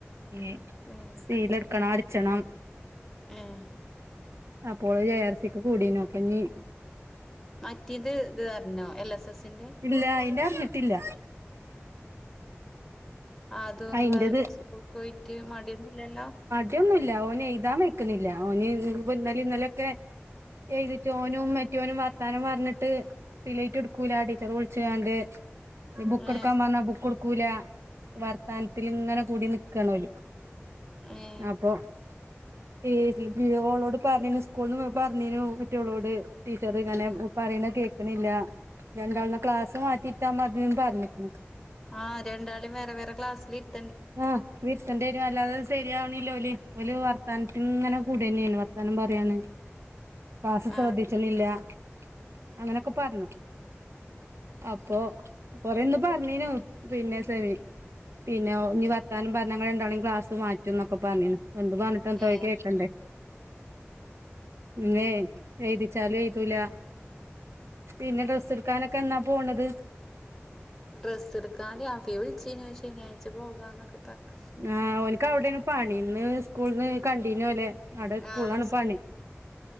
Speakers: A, on the right; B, in the centre.
A: ഇഞ്ഞ്
B: ഏഹ്
A: സീല ഇട്ക്കെണം അട്ച്ചെണം
B: ഏഹ്
A: അപ്പ ഓൾ ജെ ആറ് സിക്ക് കൂടിനു അപ്പ ഇഞ്ഞ്
B: മറ്റെ ഇത് ഇത് അർണോ എൽ എസ് എസിന്റെ
A: ഇല്ല അയിന്റെ അറ്ഞ്ഞ്ട്ട് ഇല്ല.
B: ഏഹ് ആദോ
A: അയിന്റത്
B: വേ സ്കൂൾക്ക് പോയിട്ട് മടി ഒന്നും ഇല്ലല്ലോ
A: ടി ഒന്നും ഇല്ല ഓന് എയ്താം വെയ്ക്ക്ണ് ഇല്ല. ഓന് ഇൻക്ക് ഇപ്പം ഇന്നെലിം ഇന്നെലിം ഒക്കെ എയ്തിച്ചു ഓനും മറ്റോനും വർത്താനം പർൺട്ട് സിലേറ്റ് ഇട്ക്കൂലാ ടീച്ചെറ് വുൾ ച്ച് കാണ്ട് ഇഞ്ഞ് ബുക്ക്
B: ഏ
A: ഇട്ക്കാൻ പർണാ ബുക്ക് ഇട്ക്കുലാവർ ത്താൻത്തിൽ ഇങ്ങനെ കൂടി നിക്കാണ് ഓല്.
B: ഏ
A: അപ്പോ <unintelligible> ഓളോട് പർണീനു സ്കൂൾന്ന് പർണീനു മറ്റോളോട് ടീച്ചെറ് ഇങ്ങനെ പറിണെ കേ ക്ക്ണ് ഇല്ലാ. രണ്ടാളും ഇന്നാ ക്ലാസ്സ് മാറ്റിയിര്താ മതിന്ന് പർൺക്ക്ണു.
B: ആഹ് രണ്ടാളിം വേറെ വേറെ ക്ലാസിൽ ഇര്
A: ഉം ഇര്ത്തെണ്ടി വെരും അല്ലാതെ സെരിയാവ്ണ് ഇല്ല ഓല്. ഓല് വർത്താൻത്ത്ന് ഇങ്ങനെ കൂടെന്നെയാണ് വർത്താനം പറിയാണ്. ക്ലാസ് ശ്രദ്ധിച്ച്ണ്
B: ആ
A: ഇല്ലാ അങ്ങനെയൊക്കെ പർണു അപ്പോ കൊറെ ഇന്ന് പർണിനു പിന്നെ സെമി പിന്നെ ഓ ഇഞ്ഞ് വർത്താനം പർണാ ഇങ്ങളെ രണ്ടാളിം ക്ലാസ് മാറ്റുംന്നൊക്കെ പർണിനു എന്തും പർൺ ട്ട് എന്താ
B: ഏ
A: ഓൽ കേക്കണ്ടെ? ഇഞ്ഞ് വേം എഴ്തിച്ചാലും എഴ്തൂലാ. പിന്നെ ഡ്രസ്സ് ഇട്ക്കാനൊക്കെ എന്നാ പോണെത്.
B: ഡ്രസ്സ് ഇട്ക്കാന് അഫി വിൾച്ചീനു ശനി ആഴ്ച്ച പോകാന്നൊക്കെ പർണ്.
A: ആഹ് ഓൻക്ക് അയുടെ ആണ് പണി. ഇന്ന് സ്കൂൾന്ന് കണ്ടിനു ഒലെ. അയുടെ സ്കൂൾലാണ്
B: ആ സ്കൂ
A: പണി.